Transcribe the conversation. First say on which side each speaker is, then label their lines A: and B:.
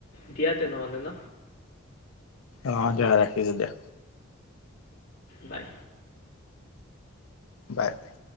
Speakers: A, on the left; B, on the left.
A: দিয়া তেনে হ'লে ন।
B: অ দিয়া ৰাখিছো দিয়া।
A: বাই।
B: Bye bye